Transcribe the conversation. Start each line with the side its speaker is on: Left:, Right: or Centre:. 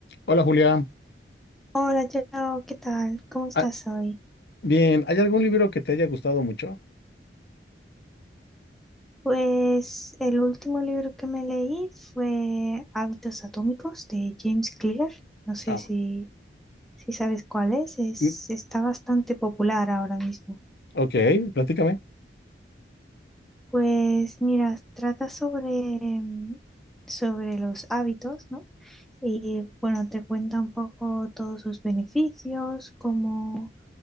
Left: Hola Julia,
Centre: Hola, Joe, ¿qué tal? ¿Cómo estás
Left: Ah,
Centre: hoy?
Left: bien, ¿hay algún libro que te haya gustado mucho?
Centre: Pues el último libro que me leí fue Hábitos Atómicos de James Clear. No sé
Left: Ah,
Centre: si, si sabes cuál es. es.
Left: mm,
Centre: Está bastante popular ahora mismo.
Left: ok, platícame.
Centre: Pues mira, trata sobre, mm, sobre los hábitos, ¿no? Y bueno, te cuenta un poco todos sus beneficios, cómo,